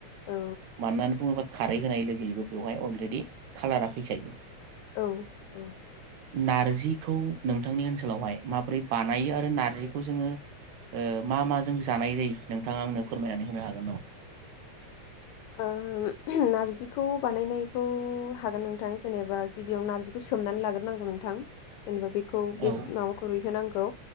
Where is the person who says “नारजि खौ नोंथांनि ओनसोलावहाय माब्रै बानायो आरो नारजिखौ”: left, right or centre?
Right